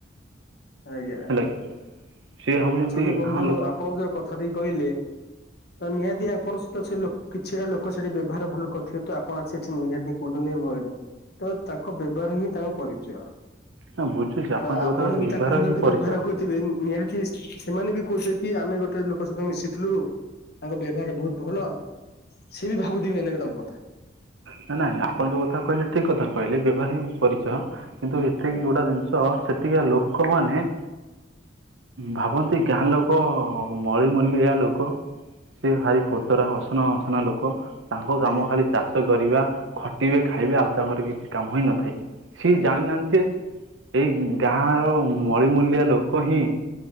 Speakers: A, on the left; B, on the right.
A: ଆଜ୍ଞା
B: ହେଲା
A: ଏଟା।
B: କି ସିଏ ଭାବୁଛନ୍ତି
A: ଆକ୍ଚଲ ବନ୍ଧୁ
B: ଗାଁ ଲୋକ
A: ଆପଣ ଯଉ କଥାଟି କହିଲେ ତ ନିହାତି ଆପଣ ସହିତ ସେ ଲୋ-କିଛିଟା ଲୋକ ସେଠି ବ୍ୟବହାର ଭଲ କରିଥିବେ ତ ଆପଣ ସେଠି ନିହାତି କହୁଚନ୍ତି <unintelligible> ତ ତାଙ୍କ ବ୍ୟବହାର ହିଁ ତାଙ୍କ ପରିଚୟ।
B: ନା ବୁଝୁଛି
A: ତ
B: ଯୋଉ
A: ଆପଣ
B: କଥା କହିଲେ
A: ବି
B: ବ୍ୟବହାର
A: ତାଙ୍କ ସହିତ
B: ହିଁ
A: ଯଦି
B: ପରିଚୟ
A: ବ୍ୟବହାର କରଥିବେ ନିହାତି ସେମାନେ ବି କହୁଚନ୍ତି କି ଆମେ ଗୋଟେ ଲୋକ ସହିତ ମିଶିଥିଲୁ ତାଙ୍କ ବ୍ୟବହାର ବହୁତ୍ ଭଲ ସିଏ ବି ଭାବୁଥିବେ ଏଇନେ ବି ତମ କଥା।
B: ନା-ନାଇଁ ଆପଣ ଯଉ କଥା କହିଲେ ଠିକ୍ କଥା କହିଲେ ବ୍ୟବହାର ହିଁ ପରିଚୟ। କିନ୍ତୁ ଏତିକି
A: ଆଜ୍ଞା
B: ଗୋଟା ଜିନିଷ ସେତିକା ଲୋକମାନେ ଭାବନ୍ତି ଗାଁ ଲୋକ ମଳିମୁଣ୍ଡିଆ ଲୋକ ସେ ଭାରି କୋତରା ଅସନା ମସନା ଲୋକ ତାଙ୍କ କାମ
A: ଆଜ୍ଞା
B: ଖାଲି ଚାଷ କରିବା ଖଟିବେ ଖାଇବେ ଆଉ ତାଙ୍କର କିଛି କାମ ହିଁ ନଥାଏ। ସିଏ
A: ଆଜ୍ଞା
B: ଜାଣିନାହାନ୍ତି ଯେ ଏଇ ଗାଁ ର ମଳିମୂଲିଆ ଲୋକ ହିଁ